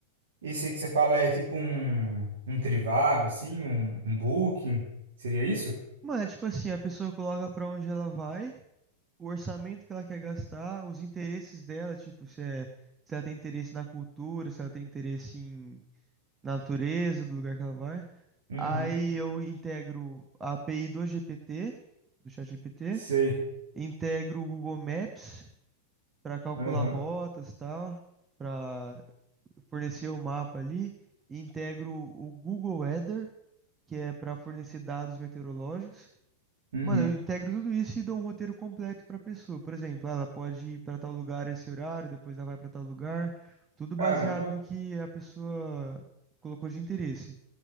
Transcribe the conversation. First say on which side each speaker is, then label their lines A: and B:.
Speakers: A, on the right; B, on the right.
A: Esse aí que você fala é tipo um, um Trivago, assim, um, um Booking? Seria isso?
B: Mano, é tipo assim, a pessoa coloca pra onde ela vai o orçamento que ela quer gastar, os interesses dela, tipo, se, é, se ela tem interesse na cultura, se ela tem interesse em na natureza do lugar que ela vai.
A: Uhum.
B: Aí eu integro a API do GPT, do ChatGPT,
A: Sei.
B: integro o Google Maps para calcular
A: Aham.
B: rotas e tal, para fornecer o mapa ali, e integro o Google Weather, que é para fornecer dados meteorológicos.
A: Uhum.
B: Mano, eu integro tudo isso e dou um roteiro completo pra pessoa. Por exemplo, ela pode ir pra tal lugar esse horário, depois ela vai pra tal lugar, tudo baseado
A: Caramba.
B: no que a pessoa colocou de interesse.